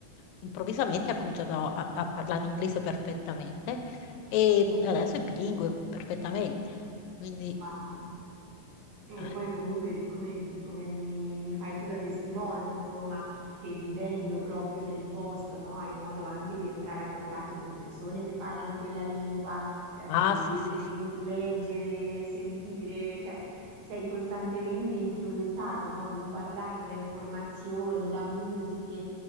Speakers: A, on the left; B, on the right.
A: improvvisamente ha cominciato a, a parlare inglese perfettamente e mh, adesso è bilingue perfettamente. Quindi,
B: Wow. E
A: eh,
B: poi comunque di come, come mi, mi fai tu da testimone, insomma, che vivendo proprio nel posto, no, hai modo anche di entrare a contatto con persone che parlano quella lingua, eh,
A: ah,
B: vedere,
A: sì, sì, sì.
B: in- leggere, sentire, cioè sei costantemente influenzato, no, bombardato da informazioni, da musiche,